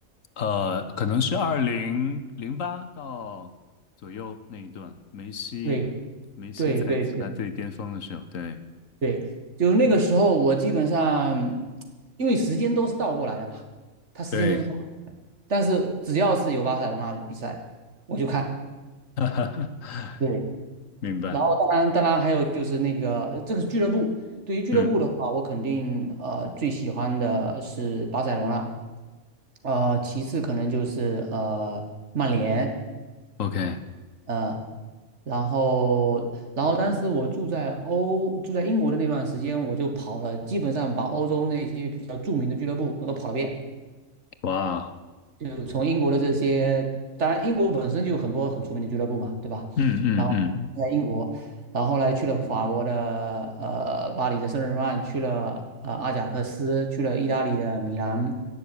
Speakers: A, on the left; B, on the right.
A: 呃，可能是二零零八到左右那一段，梅西，
B: 对
A: 梅西在他最巅峰的时候，
B: 对对对
A: 对，
B: 对，就那个时候，我基本上因为时间都是倒过来的嘛，它时间都是倒，
A: 对，
B: 但是只要是有巴塞罗那的比赛，我就看。
A: <laughs>
B: 对，
A: 明白，
B: 然后当然，当然还有就是那个，呃这个是俱乐部。对于俱乐部的话，
A: 嗯
B: 我肯定呃最喜欢的是巴塞罗那，呃，其次可能就是呃曼联，
A: ，OK，
B: 呃，然后然后当时我住在欧住在英国的那段时间，我就跑了，基本上把欧洲那些比较著名的俱乐部我都跑了遍。
A: 哇哦，
B: 就是从英国的这些，当然英国本身就有很多很出名的俱乐部嘛，对吧？
A: 嗯嗯嗯，
B: 然后在英国，然后后来去了法国的呃巴黎的圣日耳曼，去了呃阿贾克斯，去了意大利的米兰，